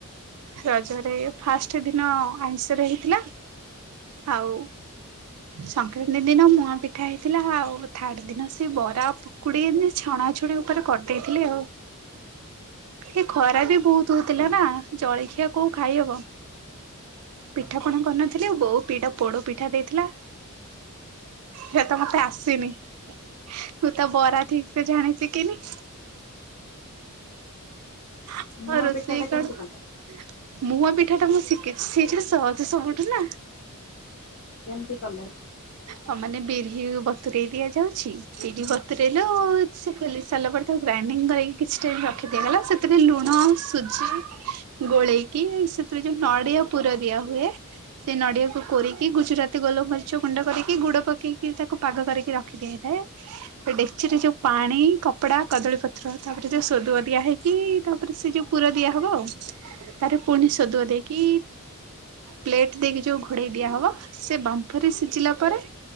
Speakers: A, on the right (about 75°); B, on the left (about 80°).
A: ରଜରେ ଫାଷ୍ଟ ଦିନ ଆଇଁଷରେ ହେଇଥିଲା ଆଉ ସଂକ୍ରାନ୍ତି ଦିନ ମୁଆଁ ପିଠା ହେଇଥିଲା ଆଉ ଥାର୍ଡ ଦିନ ସେ ବରା ଆଉ ଖୁଡି ଏମତି ଛଣାଛୁଣି ଉପରେ କରି ଦେଇଥିଲି ଆଉ। ସେ ଖରା ବି ବହୁତ ହଉଥିଲା ନା ଜଳଖିଆ କ ଖାଇହବ। ପିଠା ପଣା କରିନଥିଲି ବୋଉ ଦିଟା ପିଠା ପୋଡ ପିଠା ଦେଇଥିଲା ସେ ତ ମତେ ଆସେନି। ମୁଁ ତ ବରା ଠିକ୍ ସେ ଜାଣି ଶିକିନି। ହଁ,
B: ମୁଆଁ
A: ରୋଷେଇ
B: ପିଠା ଟା
A: କଣ
B: କେମିତି କଲେ
A: ମୁହଁ ପିଠା ଟା ମୁଁ ଶିଖେଇଛି ସେଇଟା ସହଜ ସବୁଠୁ ନା
B: କେମିତି କଲେ?
A: ହଁ ମାନେ ବିରି ବତରେଇ ଦିଆଯାଉଛି। ପରି ବତୁରେଇଲୁ ସେ ଫୁଲି ସରିଲା ପରେ ତାକୁ ଗ୍ରାଇଙ୍ଗ କରି କିଛି ଟାଇମ୍ ରଖିଦିଗଲା ସେ ସେଥିରେ ଲୁଣ ସୁଜି ଗୋଳେଇକି ସେଥିରେ ଯୋଉ ନଡିଆ ପୁର ଦିଆ ହୁଏ। ସେ ନଡିଆକୁୁ କୋିରିକି ଗୁଜୁରାତି ଗୋଲ୍ ମରିଚ ଯଉ ଗୁଣ୍ଡ କରିକି ଗୁଡ଼ ପକେଇକି ତାକୁ ପାଗ କରିକି ରଖି ଦିଆ ହେଇଥାଏ। ସେ ଡେକ୍ଚିରେ ଯଉ ପାଣି, କପଡା, କଦଳୀପତ୍ର ତାପରେ ଯଉ ସୋଦୁଅ ଦିଆ ହେଇ କି ତାପରେ ସେ ଯଉ ପୁର ଦିଆ ହବ ଆଉ। ତାରେ ପୁଣି ସୋଦୁଆ ଦେଇକି ପ୍ଲେଟ ଦେଇକି ଯଉ ଘୋଡେଇ ଦିଆ ହବ ସେ ବାମ୍ଫରେ ସିଝିଲା ପରେ